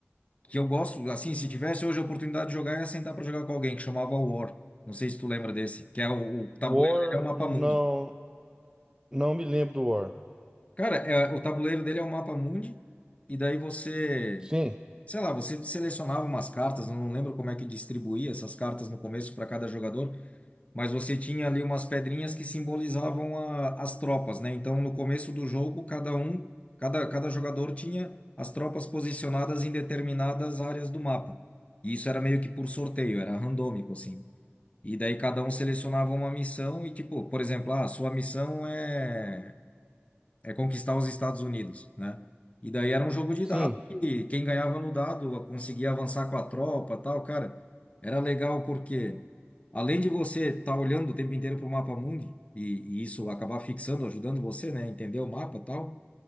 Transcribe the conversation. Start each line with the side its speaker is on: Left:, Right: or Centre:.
Left: que eu gosto, assim, se tivesse hoje a oportunidade de jogar, eu ia sentar pra jogar com alguém, que chamava War. Não sei se tu lembra desse, que é o, o tabuleiro
Right: War,
Left: dele é o mapa
Right: não,
Left: mundi.
Right: não me lembro do War.
Left: Cara, é, o tabuleiro dele é o mapa mundi, e daí você.
Right: Sim,
Left: sei lá, você selecionava umas cartas, eu não lembro como é que distribuía essas cartas no começo para cada jogador, mas você tinha ali umas pedrinhas que simbolizavam a- as tropas, né? Então, no começo do jogo, cada um, cada, cada jogador tinha as tropas posicionadas em determinadas áreas do mapa. E isso era meio que por sorteio, era randômico, assim. E daí cada um selecionava uma missão e, tipo, por exemplo, ah, sua missão é é conquistar os Estados Unidos, né? E daí era um jogo de
Right: sim.
Left: dado que quem ganhava no dado conseguia avançar com a tropa, tal, cara. Era legal porque além de você estar olhando o tempo inteiro para o mapa mundi e, e isso acabar fixando, ajudando você, né, a entender o mapa, tal.